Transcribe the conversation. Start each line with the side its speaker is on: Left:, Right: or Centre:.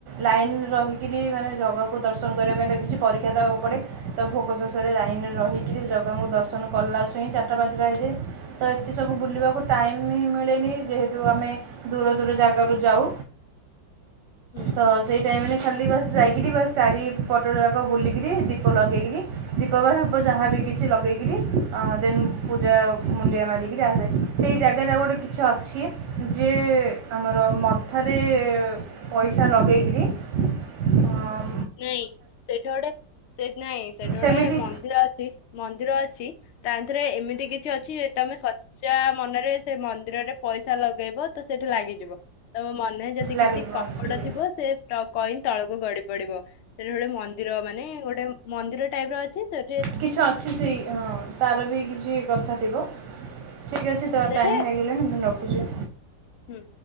Right: ଲାଇନ ରହିକିରି ମାନେ ଜଗାକୁ ଦର୍ଶନ କରିବା ପାଇଁ ତ କିଛି ପରୀକ୍ଷା ଦେବାକୁ ପଡ଼େ, ତ ଭୋକ ଶୋଷ ରେ ଲାଇନ ରହିକିରି ଜଗାଙ୍କୁ ଦର୍ଶନ କଲାସୁଇଁ ଚାରିଟା, ପାଞ୍ଚଟା ହେଇଯାଏ, ତ ଏତ ସବୁ ବୁଲିବାକୁ ଟାଇମ୍ ହିଁ ମିଳେନି, ଯେହେତୁ ଆମେ ଦୂର, ଦୂର ଜାଗାରୁ ଯାଉ।
Left: ହୁଁ।
Right: ତ ସେଇ ଟାଇମ ରେ ଖାଲି ବାସ୍ ଯାଇକିରି ବସ୍ ଚାରି ପଟ ଯାକ ବୁଲିକିରି ଦୀପ ଲଗେଇକିରି ଦୀପ ବାହା ପ ଯାହା ବି କିଛି ଲଗେଇକିରି ଅ ଦେନ୍ ପୂଜା ମୁଣ୍ଡିଆ ମାରିକିରି ଆସଯାଏ ସେଇ ଜାଗାରେ ଆଉ ଗୋଟେ କିଛି ଅଛି ଯିଏ ଆମର ମଥାରେ ପଇସା ଲଗେଇକିରି ଅ
Left: ନାଇଁ ସେଇଠି ଗୋଟେ ସେ ନାଇଁ ସେଇଠି
Right: ସେମିତି
Left: ଗୋଟେ ମନ୍ଦିର ଅ ଛି ମନ୍ଦିର ଅଛି ତା ରେ ଏମିତି କିଛି ଅଛି ତମେ ସଚା ମନରେ ସେ ମନ୍ଦିରରେ ପଇସା ଲଗେଇବ ତ ସେଇଠି ଲାଗିଯିବ ତମ ମନରେ ଯଦି
Right: ଲାଗିଲି
Left: କିଛି କପଟ ଥିବ ସେ ପ କଏନ ତଳକୁ ଗଡି ପଡ଼ିବ। ସେଇଠି ଗୋଟେ ମନ୍ଦିର ମାନେ ଗୋଟେ ମନ୍ଦିର ଟାଇପର ଅଛି ସେ
Right: କିଛି ଅଛି ସେଇ ଅଁ ତାର ବି କିଛି କଥା ଥିବ। ଠିକ ଅଛି ତ
Left: ସେଠି
Right: ଟାଇମ ହେଇ ଗଲାଣି ମୁଁ ର ରଖୁଚି
Left: ହୁଁ।